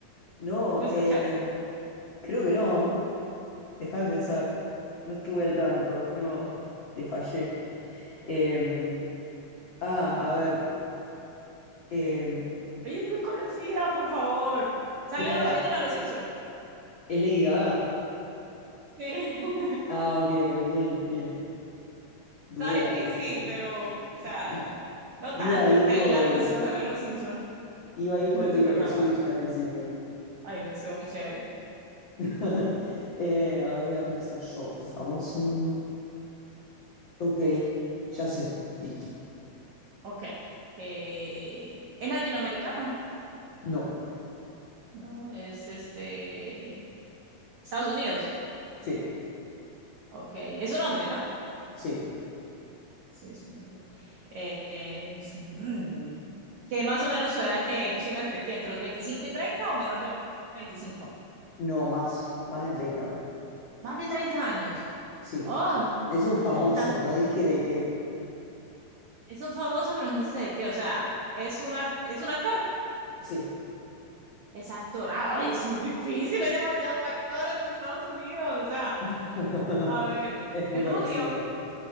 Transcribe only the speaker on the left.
no,
em, creo que no. Dejá de pensar. No estuve al tanto. No, te fallé. Em, ah, a ver. Em,
eh, pará,
¿es Lady Gaga?
Ah, ok, ok, bien, bien. Dudé
al principio.
I- i-
iba a ir
por,
iba a ir por
Taylor
Swift al principio.
<laughs> Eh, a ver, voy a pensar yo. Famoso. Ok, ya sé. Listo.
No.
Sí,
sí.
No, más. Más de 30.
Sí.
Es un
famoso,
no dije de qué.
Sí.
<laughs>
Es muy
conocido.